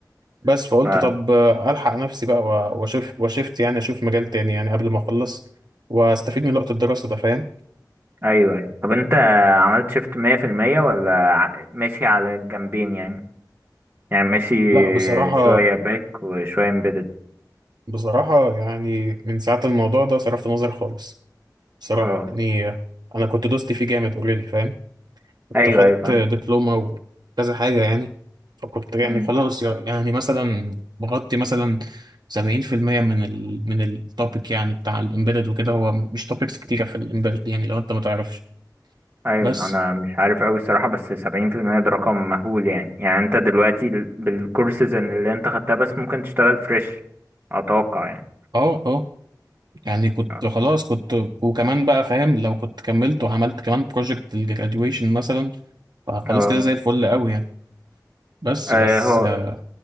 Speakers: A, on the right; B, on the right.
A: بس فقلت
B: ف...
A: طب آه، الحق نفسي بقى و- واشوف وشفت يعني اشوف مجال تاني يعني قبل ما اخلص واستفيد من وقت الدراسة ده فاهم
B: ايوه ايوه طب انت عملت شيفت 100% ولا ع- ماشي على الجنبين يعني يعني ماشي
A: لا بصراحة
B: شوية باك وشوية امبيدد
A: بصراحة يعني من ساعة الموضوع ده صرفت نظر خالص بصراحة
B: اه
A: يعني آه، انا كنت دوستي فيه جامد اوريدي فاهم كنت
B: ايوه
A: خدت
B: ايوه فاهم
A: دبلومة وكذا حاجة يعني فكنت يعني
B: أمم.
A: خلاص يعني مثلا بغطي مثلا سبعين في المية من ال من التوبيك يعني بتاع الإمبيدد وكده هو مش توبيكس كتيرة في الإمبيدد يعني لو أنت ما تعرفش
B: ايوه
A: بس
B: انا مش عارف اوي الصراحة بس 70% ده رقم مهول يعني يعني انت دلوقتي ال- بالكورسز اللي انت خدتها بس ممكن تشتغل فريش اتوقع يعني
A: اه اه يعني كنت
B: اه
A: خلاص كنت وكمان بقى فاهم لو كنت كملت وعملت كمان بروجكت الجراديويشن مثلا فخلاص
B: اه
A: كده زي الفل قوي يعني بس
B: آه،
A: بس
B: هو
A: آه،